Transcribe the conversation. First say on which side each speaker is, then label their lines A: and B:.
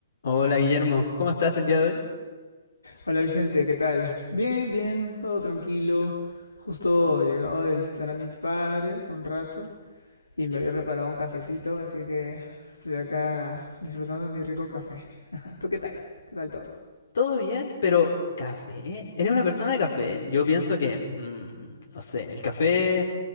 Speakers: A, on the left; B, on the left.
A: Hola Guillermo, ¿cómo estás el día de hoy?
B: Hola Vicente, ¿qué tal? Bien, bien, todo tranquilo. Justo llegaba de visitar a mis padres un rato y me había preparado un cafecito, así que estoy acá disfrutando mi rico café. <laughs> ¿Tú qué tal? ¿Qué tal todo?
A: Todo bien, pero café. ¿eh? ¿Eres una persona de café? Yo pienso que, mm, no sé, el café,